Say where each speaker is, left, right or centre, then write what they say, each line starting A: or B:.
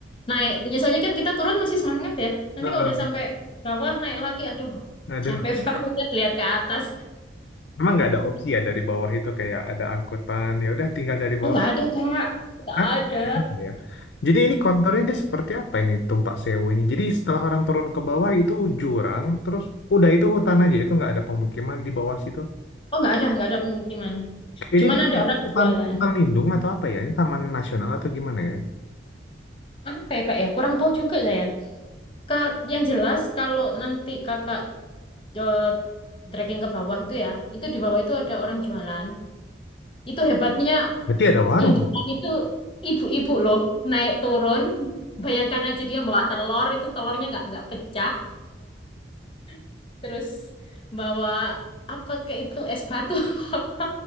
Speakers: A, on the left; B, on the left.
A: Naik, biasanya kan kita turun masih semangat ya. Nanti
B: <laughs> Heeh.
A: kalau udah sampai bawah naik lagi, aduh
B: Aduh,
A: capek <laughs> banget lihat ke atas.
B: emang nggak ada opsi ya dari bawah itu kayak ada angkutan, ya udah tinggal dari
A: Oh
B: bawah
A: nggak ada kak, nggak
B: Hah?
A: ada.
B: Nggak ada Ya. Jadi ini konturnya dia seperti apa ini Tumpak Sewu ini? Jadi setelah orang turun ke bawah itu jurang, terus udah itu hutan aja, itu nggak ada pemukiman di bawah situ.
A: Oh nggak ada, nggak ada pemukiman.
B: Ini
A: Cuman
B: dia
A: ada orang
B: hutan
A: jualan.
B: hutan lindung atau apa ya? Ini taman nasional atau gimana ya?
A: Apa ya kak ya? Kurang tahu juga saya. Kak, yang jelas kalau nanti kakak eh, trekking ke bawah itu ya, itu di bawah itu ada orang jualan. Itu hebatnya
B: Berarti ada warung.
A: yang jualan
B: dong.
A: itu ibu-ibu loh, naik turun. Bayangkan aja dia bawa telur, itu telurnya nggak nggak pecah. <laughs> Terus bawa apa ke itu es batu <laughs> apa?